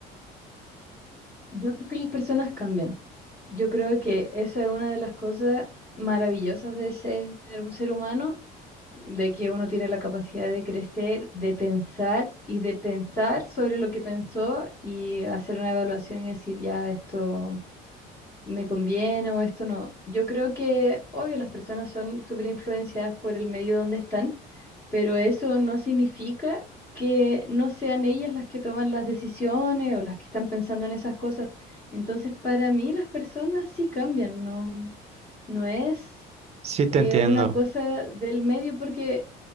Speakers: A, on the left; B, on the right.
A: Yo creo que las personas cambian. Yo creo que esa es una de las cosas maravillosas de ser un ser humano, de que uno tiene la capacidad de crecer, de pensar y de pensar sobre lo que pensó y hacer una evaluación y decir, ya, esto me conviene o esto no. Yo creo que, obvio, las personas son súper influenciadas por el medio donde están, pero eso no significa que no sean ellas las que toman las decisiones o las que están pensando en esas cosas. Entonces, para mí las personas sí cambian, no, no es
B: Sí, te
A: eh,
B: entiendo.
A: una cosa del medio porque,